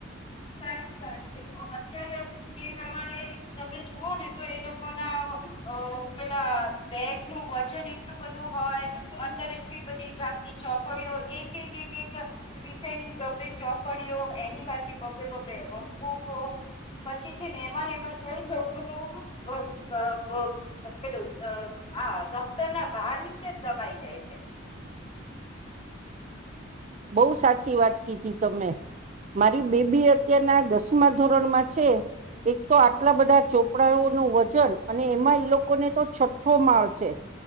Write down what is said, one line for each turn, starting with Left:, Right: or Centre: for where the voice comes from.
Left: સાચી વાત છે અત્યારે જે પ્રમાણે તમે જુઓ ને તો એ લોકો ના પેલા બેગ નું વજન એટલું બધું હોય અંદર એટલી બધી જાતની ચોપડીઓ એક એક એક એક વિષયની ડબે ચોપડીઓ એની પાછી નોટબુકો પછી છે ને એમાંને એમાં જોઈ લોકોું પેલું હા દફતર ના બાર નીચે જ દબાઈ જાય છે
Right: બહુ સાચી વાત કીધી તમે મારી બેબી અત્યારના દસમા ધોરણમાં છે એક તો આટલા બધા ચોપડાઓ ન વજન અને એમાં એ લોકોને તો છઠ્ઠો માળ છે